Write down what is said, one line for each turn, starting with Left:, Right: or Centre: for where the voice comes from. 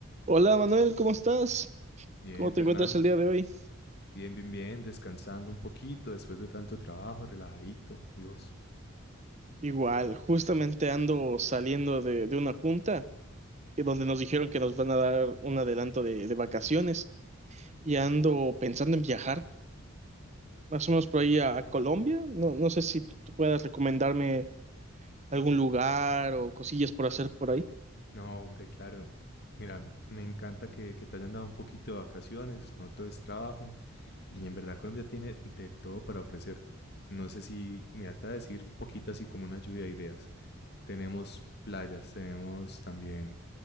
Right: Hola Manuel, ¿cómo estás?
Left: Bien,
Right: ¿Cómo te
Left: Fernando.
Right: encuentras el día de hoy?
Left: Bien, bien, bien, descansando un poquito después de tanto trabajo, relajadito. ¿Y vos?
Right: Igual, justamente ando saliendo de, de una junta eh, donde nos dijeron que nos van a dar un adelanto de, de vacaciones y ando pensando en viajar, más o menos por ahí a, a Colombia. No, no sé si tú tú puedas recomendarme algún lugar o cosillas por hacer por ahí.
Left: No, hombre, claro. Mira, me encanta que, que te hayan dado un poquito de vacaciones, no todo es trabajo. Y en verdad Colombia tiene de todo para ofrecer. No sé si, mira, te voy a decir un poquito así como una lluvia de ideas. Tenemos playas, tenemos también